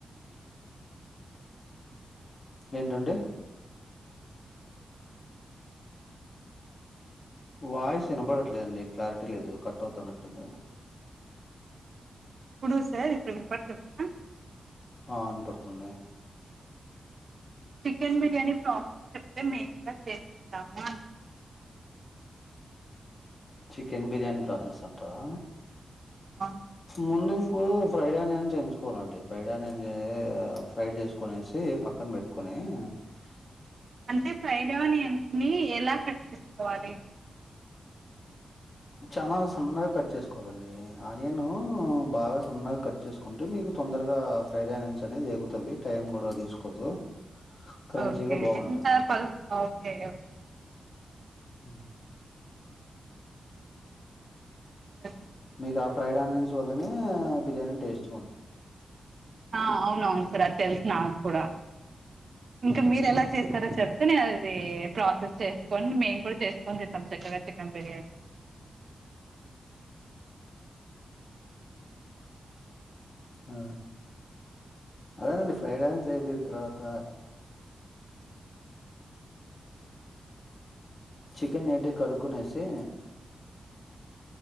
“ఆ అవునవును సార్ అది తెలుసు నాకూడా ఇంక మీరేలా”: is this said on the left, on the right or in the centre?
Right